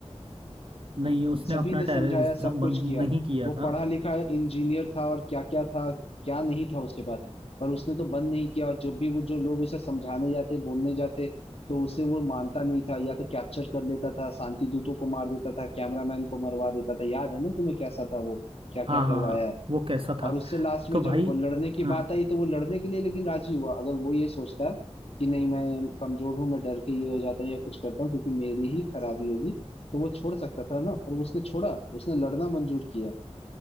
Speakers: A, on the right (about 55°); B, on the left (about 60°).
A: नहीं उसने
B: सभी
A: अपना
B: ने समझाया
A: टेररिज्म
B: सब
A: बंद
B: कुछ किया
A: नहीं किया
B: वो
A: था
B: पढ़ा लिखा इंजीनियर था और क्या क्या था क्या नहीं था उसके पास पर उसने तो बंद नहीं किया और जब भी वो जो लोग उसे समझाने जाते बोलने जाते तो उसे वो मानता नहीं था या तो कैप्चर कर लेता था शांति दूतों को मार देता था कैमरामैन को मरवा देता था याद है ना तुम्हें कैसा था वो क्या
A: हाँ
B: क्या करवाया
A: हाँ हाँ
B: है
A: वो कैसा
B: और
A: था
B: उससे लास्ट में
A: तो
B: जब
A: भाई
B: वो लड़ने की
A: हाँ
B: बात आई तो वो लड़ने के लिए लेकिन राजी हुआ अगर वो ये सोचता कि नहीं मैं कमजोर हूं मैं डर के ये हो जाता हूँ या कुछ करता हूँ क्योंकि मेरी ही खराबी होगी तो वो छोड़ सकता था ना पर उसने छोड़ा उसने लड़ना मंजूर किया